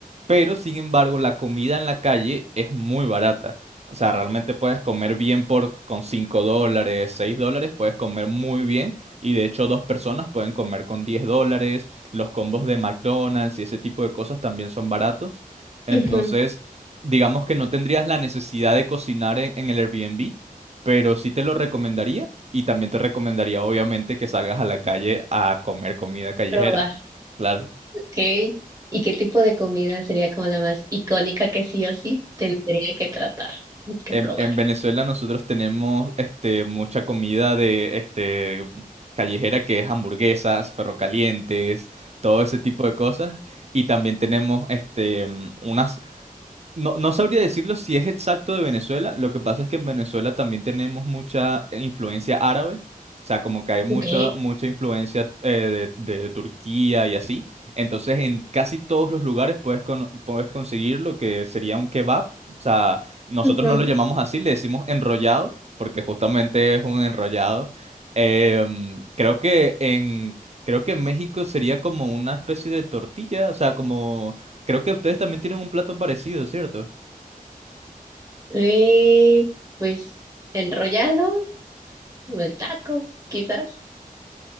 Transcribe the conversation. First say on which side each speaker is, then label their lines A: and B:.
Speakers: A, on the right; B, on the right.
A: pero sin embargo la comida en la calle es muy barata. O sea, realmente puedes comer bien por con 5 dólares, 6 dólares, puedes comer muy bien. Y de hecho dos personas pueden comer con 10 dólares. Los combos de McDonald's y ese tipo de cosas también son baratos. Entonces
B: ujú.
A: digamos que no tendrías la necesidad de cocinar en, en el Airbnb, pero sí te lo recomendaría y también te recomendaría obviamente que salgas a la calle a comer comida callejera.
B: Probar.
A: Claro.
B: Ok. ¿Y qué tipo de comida sería como la más icónica que sí o sí tendría que tratar, que
A: En,
B: probar?
A: en Venezuela nosotros tenemos este, mucha comida de este, callejera que es hamburguesas, perro calientes, todo ese tipo de cosas. Y también tenemos este, una, No, no sabría decirlo si es exacto de Venezuela. Lo que pasa es que en Venezuela también tenemos mucha influencia árabe. O sea, como que hay mucha,
B: Ok.
A: mucha influencia eh, de, de Turquía y así. Entonces, en casi todos los lugares puedes, con- puedes conseguir lo que sería un kebab. O sea, nosotros
B: Ujú.
A: no lo llamamos así, le decimos enrollado, porque justamente es un enrollado. Em, creo que en, creo que en México sería como una especie de tortilla. O sea, como... Creo que ustedes también tienen un plato parecido, ¿cierto?
B: Eh, pues enrollado, o el taco, quizás.